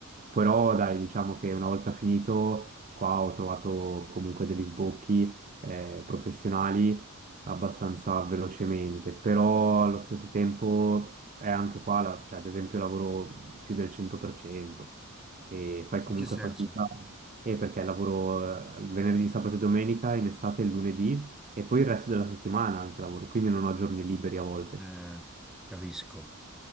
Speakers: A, on the right (about 35°); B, in the centre.
A: però, dai, diciamo che una volta finito, qua ho trovato comunque degli sbocchi, eh, professionali abbastanza velocemente, però allo stesso tempo è anche qua, la- cioè ad esempio lavoro più del 100% e fai comunque
B: In che senso?
A: fatica, e perché lavoro eh, il venerdì, sabato e domenica, in estate il lunedì e poi il resto della settimana anche lavoro, quindi non ho giorni liberi a volte.
B: Eh, capisco.